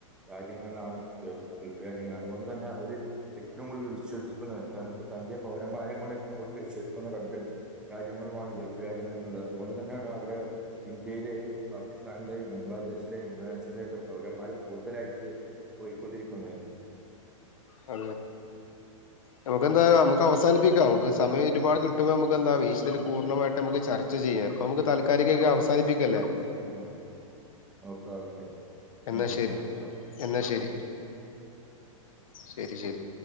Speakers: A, in the centre; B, on the left (about 80°).
A: രാജ്യങ്ങളിലാണ് ഗൾഫ് രാജ്യങ്ങൾ അതുകൊണ്ട് തന്നെ അവര് ഏറ്റവും കൂടുതൽ വിശ്വസിക്കുന്ന തന്റെ പൗരന്മാരെ കൊൊണ്ട് ഏറ്റവും കൂടുതൽ വിശോധിക്കുന്ന രണ്ട് രാജ്യങ്ങളുമാണ് ഗൾഫ് രാജ്യങ്ങളുള്ളത് അതുകൊണ്ട് തന്നെ അവിടെ ഇന്ത്യയിലെയും പാകിസ്ഥാനിലെയും ബംഗ്ലാദേശിലെയും ഇന്തോനാഷലെയ ഒക്കെ പൗരന്മാർ കൂടു ലാക്കി പോയിക്കൊണ്ടിരിക്കുന്നത്
B: ആ നമുക്ക്െന്താ നമു അവാനപ്പിക്കാം നമു സമയ ഒരുപാ കിട്ടുമ്പോ നമുക്ക് എന്താ വശൽ പൂർണ്ണമായിട്ട് നമ ചർച്ച ചെയ്യാം അപ്പൊ നമുക്ക് തൽക്കാലികൊക്ക അവസാനിപ്പിക്കുംല്ലേ
A: ആ ഓക്കെ ഓക്കെ
B: എന്നാ
A: നമുക്ക്
B: ശരി
A: അവസാനിപ്പിക്കാം
B: എന്നാ ശരി ശരി ശരി